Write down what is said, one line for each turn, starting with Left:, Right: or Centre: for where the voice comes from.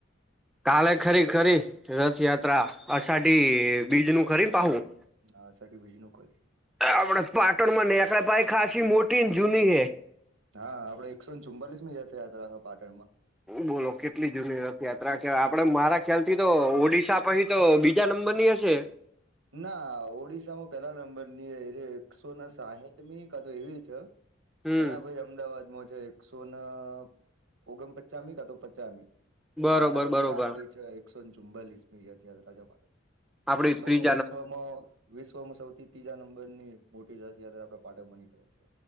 Centre: કાલે ખરી ખરી રથયાત્રા અષાઢી બીજનું ખરી ને પાહું.
Right: આ અષાઢી બીજનું કરી
Centre: આપણે પાટણમાં નેકળે ભાઈ ખાસી મોટીન જૂની હૈ.
Right: હા આપડે એકસો ને ચુમાલીસમી રથયાત્રા હ પાટણમાં.
Centre: બોલો કેટલી જૂની રથયાત્રા કે આ આપડે મારા ખ્યાલ થી તો ઓડિશા પછી તો બીજા નંબર ની હશે.
Right: ના ઓડિશામાં પેલા નંબર ની એકસો સાહીઠ મી કા તો એવી છે.
Centre: હમ
Right: એના પહી અમદાવાદમાં છે એકસો ના ઓગણપચમી કા તો પચમી.
Centre: બરોબર
Right: અને એના પછી
Centre: બરોબર
Right: આપડી છે એકસો ચુમ્બાલીસ મી યથયાત રાજાપડ.
Centre: આપણી ત્રી
Right: વિશ્વમાં વિશ્વમાં સૌથી ત્રીજા નંબરની મોટી રથયાત્રા આપે પાટક બની કરે છે.